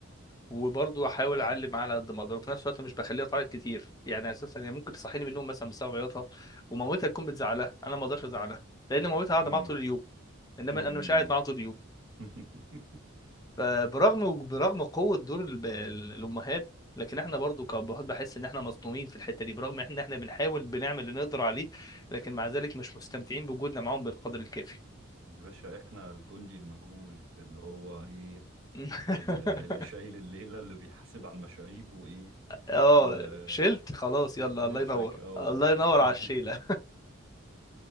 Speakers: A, on the left; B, on the right.
A: وبرضه احاول اعلي معاه على قد ما اقدر وفي نفس الوقت مش بخليها تعيط كتير يعني اساسا هي ممكن تصحيني من النوم مثلا بسبب عياطها ومامتها تكون بتزعلها انا ما اقدرش ازعلها لان مامتها قاعده
B: مم.
A: معاها طول اليوم انما
B: مم.
A: انا مش قاعد معاها طول اليوم
B: <laughs>
A: فبرغم برغم قوه دور الب- الامهات لكن احنا برضو كابهات بحس ان احنا مظلومين في الحته دي برغم ان احنا بنحاول بنعمل اللي نقدر عليه لكن مع ذلك مش مستمتعين بوجودنا معاهم بالقدر الكافي
B: يا باشا احنا الجندي المجهول اللي هو ايه
A: <laughs>
B: ال- اللي شايل الليلة اللي بيحاسب على المشاريب وايه
A: اه
B: و-
A: شلت خلاص يلا
B: ونفسك
A: الله ينور
B: اه
A: الله ينور
B: <laughs>
A: على الشيله